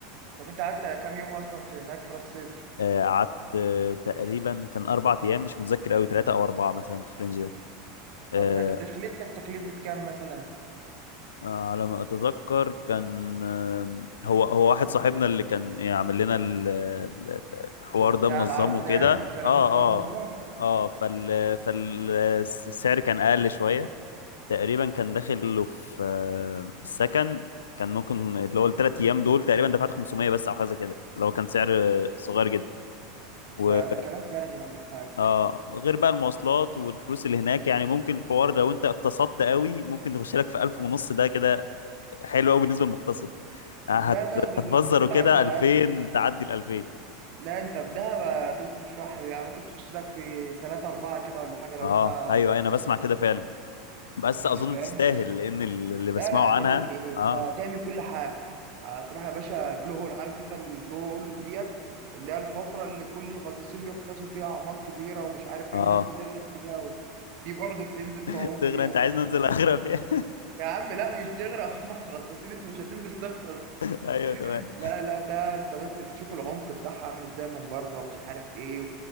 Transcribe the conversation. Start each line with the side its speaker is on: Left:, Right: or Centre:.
Right: طب انت قعدت كام يوم اصلا في هناك في راس سدر
Left: قعدت آه، تقريبا كان اربع ايام مش متذكر قوي ثلاثه او اربعه مثلا في الرينج ده آه،
Right: طب ما تخليت لك تكلفة كام مثلا
Left: آه، على ما اتذكر كان آه، هو هو واحد صاحبنا اللي كان يعمل لنا ال- ال- ال- الحوار
Right: بتاع
Left: ده منظمه
Right: العرض ده
Left: كده
Right: يعني والكلام
Left: اه
Right: من ده منظم
Left: اه اه فال فالسعر كان اقل شويه تقريبا كان داخل له في آه، السكن كان ممكن اللي هو الثلاث ايام دول تقريبا دفعت 500 بس او حاجه كده اللي هو كان سعر صغير جدا و
Right: ده ده كلام فارغ يا عم الحاج
Left: اه غير بقى المواصلات والفلوس اللي هناك يعني ممكن الحوار لو انت اقتصدت قوي ممكن يخش لك في 1000 ونص ده كده حلو قوي بالنسبه للمقتصد آه،
Right: لا
Left: هت...
Right: ده ده, ده,
Left: هتبذر
Right: ده كده
Left: وكده
Right: 10 على
Left: 2000
Right: 10
Left: تعدي ال 2000
Right: لا انت في دهب هتصرف شوية حلوة يعني ممكن تخش لك في 3 4 كده ولا حاجة لو
Left: اه
Right: انت
Left: ايوه أيوة، انا بسمع
Right: صرفت
Left: كده فعلا بس
Right: يعني
Left: اظن
Right: فاهم
Left: تستاهل لان ال- اللي بسمعه
Right: لا لا بقول
Left: عنها
Right: لك ايه انت
Left: اه
Right: هتعمل كل حاجه هتروح يا باشا البلو هول عارف انت البلو هول ديت اللي هي الحفره اللي كل الغطاسين بيغطسوا فيها اعماق كبيره ومش عارف
Left: اه
Right: ايه وناس بتغرق فيها و... دي برضه بتنزل
Left: <laughs>
Right: تعوم
Left: تغرى
Right: فيها
Left: انت عايز
Right: مثلا
Left: ننزل اغرب يعني
Right: يا عم لا مش تغرق هم غطاسين انت مش هتنزل تغطس
Left: <laughs> ايوه تمام
Right: لا لا ده انت بس بتشوف العمق بتاعها عامل ازاي من بره ومش عارف ايه